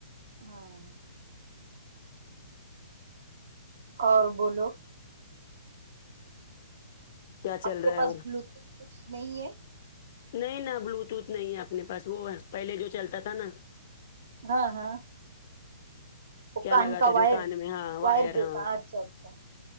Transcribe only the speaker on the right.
ہاں اور بولو
آپ کے
پاس
بلوتوتھ کچھ نہیں ہے
ہاں ہاں
کان
کا
وائر
وائر جیسا
اچھا اچھا